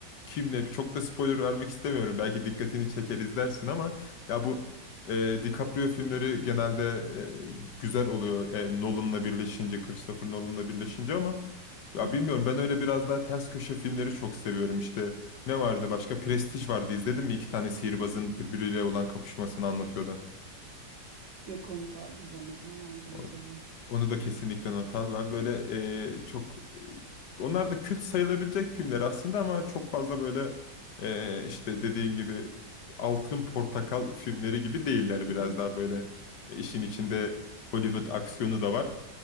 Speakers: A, on the left; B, on the right.
A: kim ne? Çok da spoiler vermek istemiyorum. Belki dikkatini çeker izlersin ama ya bu e, DiCaprio filmleri genelde e, güzel oluyor. E, Nolan'la birleşince, Christopher Nolan'la birleşince ama ya
B: hı
A: bilmiyorum
B: hı.
A: ben öyle biraz daha ters köşe filmleri çok seviyorum işte. Ne vardı başka? Prestij vardı. İzledin mi? İki tane sihirbazın birbiriyle olan kapışmasını anlatıyordu.
B: Yok onu da izlemedim ama ondan
A: O-
B: not alayım.
A: Onu da kesinlikle not al. Ben böyle e, çok e, onlar da kült sayılabilecek filmler aslında ama çok fazla böyle e, işte dediğin gibi Altın Portakal filmleri gibi değiller
B: Hı
A: biraz
B: hı,
A: daha böyle e, işin içinde Hollywood aksiyonu da var.